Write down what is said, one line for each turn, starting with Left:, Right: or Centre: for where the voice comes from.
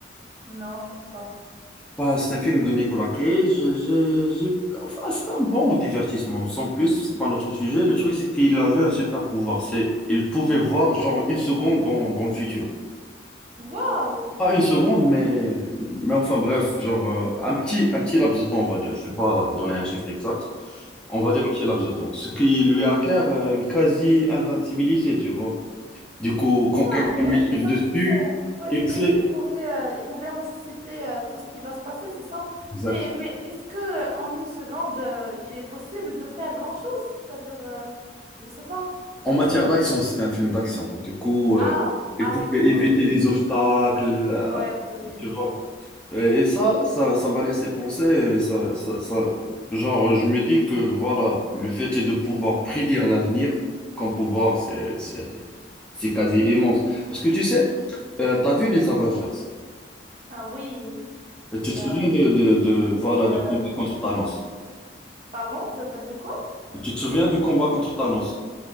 Right: Non, je pense pas.
Centre: Bah, c'est un film de Nicolas Cage. Je, je- je- Enfin, c'est un bon divertissement. Sans plus, c'est pas notre sujet. Le truc, c'est qu'il avait un super pouvoir. C'est, il pouvait voir genre une seconde dans, dans le futur.
Right: Waouh!
Centre: Pas une seconde, mais, mais enfin bref, genre euh, un petit, un petit laps de temps, on va dire. Je vais pas donner un chiffre exact. On va dire un petit laps de temps. Ce qui lui acquiert euh, une quasi-invincibilité, tu vois. Du coup,
Right: Wow,
Centre: quand quelqu'un lui
Right: ouais,
Centre: tire
Right: c'est comme
Centre: dessus,
Right: si, euh, ouais,
Centre: il
Right: c'est comme
Centre: sait.
Right: s'ils pouvaient, euh, ils pouvaient anticiper euh, tout ce qui va se passer, c'est ça.
Centre: Exactement.
Right: Mais, mais est-ce que euh, en une seconde, euh, il est possible de faire grand-chose? C'est-à-dire, euh, je sais pas.
Centre: En
Right: Hmm.
Centre: matière d'action, c'est un film d'action. Du coup,
Right: Ah,
Centre: euh, il
Right: ah
Centre: pouvait
Right: oui, oui,
Centre: éviter
Right: ok.
Centre: les obstacles, euh,
Right: Ouais, ok, ok.
Centre: tu vois. Euh, Et
Right: Ouais.
Centre: ça, ça, ça m'a laissé penser, euh, ça, ça, ça- genre, je me dis que, voilà, le fait de pouvoir prédire l'avenir, comme pouvoir, c'est, c'est, c'est quasi immense. Parce que tu sais, euh, t'as vu les Avengers,
Right: Ah oui,
Centre: Et
Right: c'est,
Centre: tu te
Right: euh,
Centre: souviens de, de, de, voilà,
Right: c'est,
Centre: du
Right: euh,
Centre: combat contre Thanos.
Right: pardon, t- t'as dit quoi?
Centre: Et tu te souviens du combat contre Thanos?